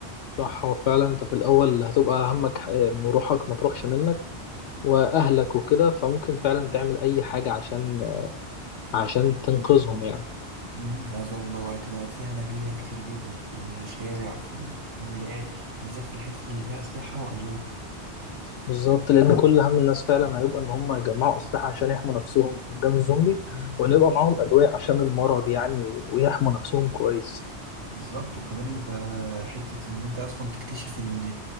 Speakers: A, on the left; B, on the right.
A: صح هو فعلا انت في الاول هتبقى همك ح- ان روحك ما تروحش منك واهلك وكده فممكن فعلا تعمل اي حاجة عشان عشان تنقذهم يعني
B: امم عذاب بقى وهتبقى فيها همجية كتير جدا في الشارع في المولات بالذات في الحتة اللي فيها أسلحة وأدوية
A: بالظبط لان كل هم الناس فعلا هيبقى ان هم يجمعوا اسلحة عشان يحموا نفسهم قدام الزومبي
B: مم.
A: وان يبقى معاهم ادوية عشان المرض يعني و- ويحموا نفسهم كويس
B: بالظبط وكمان انت حتة ان انت اصلا تكتشف ان